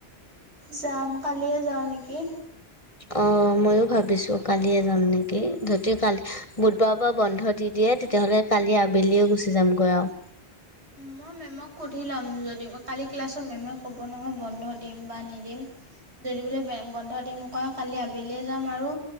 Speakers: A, on the right (about 85°); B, on the left (about 30°).
A: যাম কালিয়ে যাও নেকি?
B: অ, ময়ো ভাবিছো কালিয়ে যাম নেকি ধতি কালি বুধবাৰৰ পৰা বন্ধ দি দিয় দে তেতিয়াহ'লে কালি আবেলিও গুচি যামগৈ আৰু।
A: মই মে'মক সুধি ল'ম যদি কালি ক্লাছত মেমে ক'ব নহয় বন্ধ দিম বা নিদিম। যৰি বলৈ বন্ধ দিম কয় কালি আবেলিয়ে যাম আৰু।